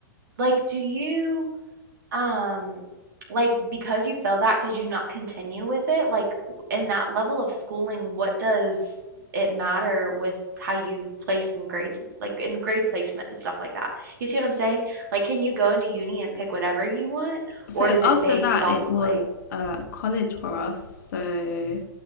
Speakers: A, on the right; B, on the left.
A: like do you um like because you failed that could you not continue with it like in that level of schooling what does it matter with how you place in grades like in grade placement and stuff like that you see what i'm saying like can you go into uni and pick whatever you want
B: so
A: or is it
B: after
A: based
B: that,
A: off
B: it
A: of
B: was
A: like
B: uh, college for us. So